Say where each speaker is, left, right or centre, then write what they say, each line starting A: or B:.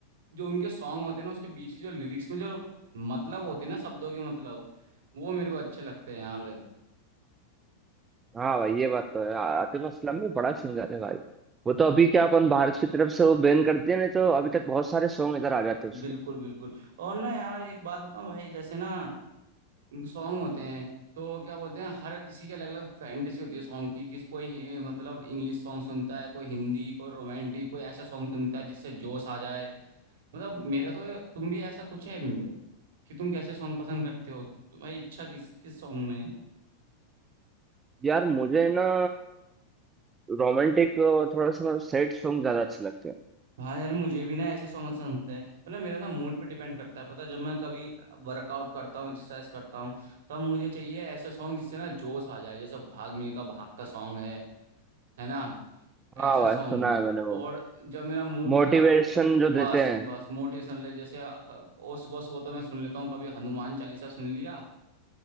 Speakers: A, on the right; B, on the right.
A: जो उनके सॉन्ग होते हैं ना उसके बीच के जो लिरिक्स में जो मतलब होते हैं ना शब्दों के मतलब वो मेरे को अच्छे लगते हैं यार
B: हाँ भाई ये बात तो है आ- आतिफ असलम भी बड़ा सिंगर है भाई वो तो
A: ओ,
B: अभी क्या अपन भारत की तरफ से वो बैन कर दिया नहीं तो अभी तक बहुत सारे सॉन्ग इधर आ जाते उसके
A: बिल्कुल बिल्कुल और ना यार एक बात बताऊं भाई जैसे ना सॉन्ग होते हैं तो क्या बोलते हैं हर किसी की अलग अलग फैंटेसी होती है सॉन्ग की किस कोई हि- मतलब इंग्लिश सॉन्ग सुनता है कोई हिंदी कोई रोमांटिक कोई ऐसा सॉन्ग सुनता है जिससे जोश आ जाए मतलब मेरा तो ये- तुम भी ऐसा कुछ है कि तुम कैसे सॉन्ग पसंद करते हो तुम्हारी इच्छा किस किस सॉन्ग में है?
B: यार मुझे ना रोमांटिक थोड़ा सा सैड सॉन्ग ज्यादा अच्छे लगते हैं
A: हाँ यार मुझे भी ना ऐसे सॉन्ग पसंद होते हैं मतलब मेरा ना मूड पे डिपेंड करता है पता है, जब मैं कभी वर्कआउट करता हूँ एक्सरसाइज करता हूँ तब मुझे चाहिए ऐसे सॉन्ग जिससे ना जोश आ जाए जैसे भाग मिल्खा भाग का सॉन्ग है है ना
B: हाँ
A: ऐसे
B: भाई
A: सॉन्ग
B: सुना है मैंने वो
A: और जब मेरा मूड
B: मोटिवेशन
A: खराब हो,
B: जो
A: बस
B: देते हैं
A: बस मोटिवेशनल है जैसे अ- क- ओ सुबह सुबह तो मैं सुन लेता हूँ कभी हनुमान चालीसा सुन लिया